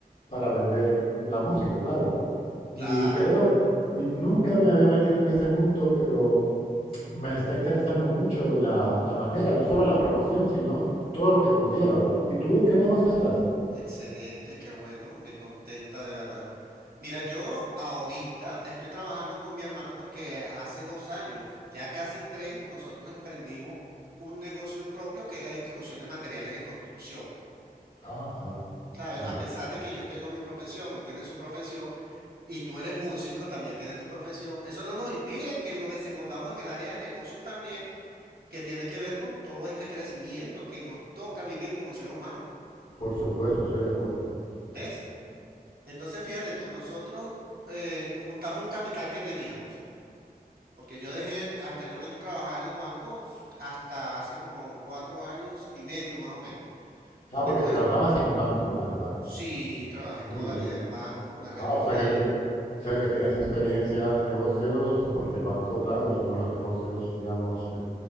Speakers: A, on the left (about 70°); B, on the right (about 75°).
A: para vender la música, claro. Y
B: Claro,
A: creo, y nunca me había metido en ese mundo, pero me está interesando mucho la, la manera, no solo la promoción, sino todo lo que conlleva. ¿Y tú en qué negocio estás?
B: excelente, qué bueno, me contenta de verdad. Mira, yo ahorita estoy trabajando con mi hermano porque hace dos años, ya casi tres, nosotros emprendimos un negocio propio que es la distribución de materiales de construcción.
A: Ajá,
B: ¿Sabes?
A: vaya.
B: A pesar de que yo tengo mi profesión, él tiene su profesión y tú eres músico, también tienes tu profesión, eso no nos impide que nos desenvolvamos en el área de negocios también, que tiene que ver con todo este crecimiento que nos toca vivir como seres humanos,
A: Por supuesto, estoy de acuerdo.
B: ¿ves? Entonces, fíjate tú, nosotros eh, juntamos un capital que teníamos, porque yo dejé anteriormente trabajar en los bancos hasta hace como cuatro años y medio más o menos.
A: Ah,
B: Después,
A: porque trabajabas en el banco, vale, vale.
B: sí, trabajé
A: Muy
B: toda
A: bien.
B: la vida en bancos, me retiré.
A: Ah, o sea que, ti- o sea que tienes experiencia de negocios, porque el banco, claro, es uno de los negocios, digamos, eh,